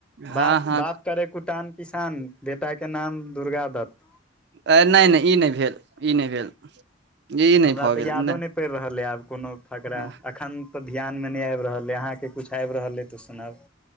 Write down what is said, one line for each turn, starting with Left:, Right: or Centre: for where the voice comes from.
Right: हँ
Centre: बाप
Right: हँ
Centre: -बाप करै कुटान किसान, बेटाके नाम दुर्गा दत्त।
Right: अ नय -नय ई नय भेल, इ नय भेल। ई
Centre: हमरा
Right: नहि भऽ
Centre: तऽ
Right: गेल
Centre: यादो
Right: नहि
Centre: नय पैड़ रहल यै आब कोनो फकरा
Right: हँ,
Centre: एखन तऽ- ध्यानमे नय आइब रहल अइ, अहाँके कुछ आइब रहल अइ तऽ सुनाउ।